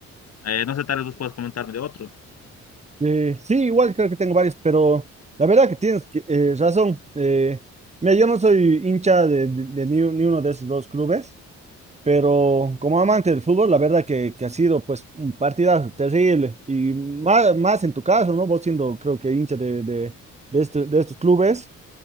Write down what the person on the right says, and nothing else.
Eh, sí, igual creo que tengo varios, pero la verdad que tienes que- eh, razón. Eh, mira, yo no soy hincha de, de- de ni, ni uno de esos dos clubes, pero como amante del fútbol, la verdad que, que ha sido pues un partidazo terrible. Y más, más en tu caso, ¿no? Vos siendo creo que hincha de, de, de este- de estos clubes